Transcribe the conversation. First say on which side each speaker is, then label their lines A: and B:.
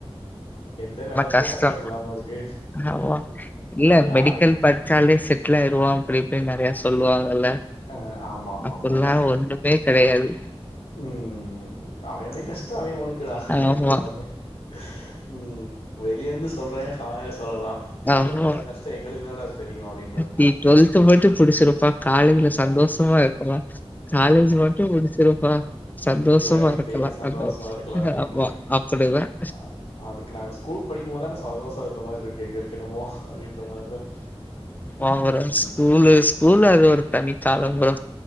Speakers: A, on the left; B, on the left.
A: எந்த வேல ப்ரோ
B: கஷ்டோ
A: கஷ்டமுல்லாம இருக்கு
B: ஆமா இல்ல
A: யார
B: மெடிக்கல்
A: கேட்
B: படிச்சாலே செட்டிலாயிடுவான் அப்டி இப்டின் நெறைய சொல்லுவாங்கல்ல
A: ஆ ஆமாமாமா.
B: அப்பல்லா ஒண்ணுமே கெடயாது
A: ம் ம் ம் அவைஅவை கஷ்டோ அவைஅவைனுக்குடா அப்டின்ற
B: ஆமா
A: மாரி தான் ம் வெளிய இருந்து சொல்றேன் ஹாயா சொல்லலா உள்ள
B: ஆமா
A: பட்ற கஷ்டம் எங்களுக்கு தானடா தெரியு அப்டின்னு
B: நீ டுவெல்த் மட்டும் புடிச்சிருப்பா காலேஜ்ல சந்தோஷமா இருக்கலா காலேஜ் மட்டும் முடிச்சிருப்பா சந்தோஷமா
A: வேலைக்கு
B: இருக்கலான்
A: போயிட்டா சந்தோஷமா
B: அதா
A: இருக்கலாம் அப்படின்னாய்.
B: ஆமா அப்டிதான்
A: அ அதுக்கு நாங்க ஸ்கூல் படிக்கும்போது தான சந்தோஷம் இருந்த மாரி இருக்கு எங்களுக்கு என்னமோ அப்படின்ற மாரி தான்.
B: ஓவற
A: ம்.
B: ஸ்கூலு ஸ்கூல் அது ஒரு தனி காலம் ப்ரோ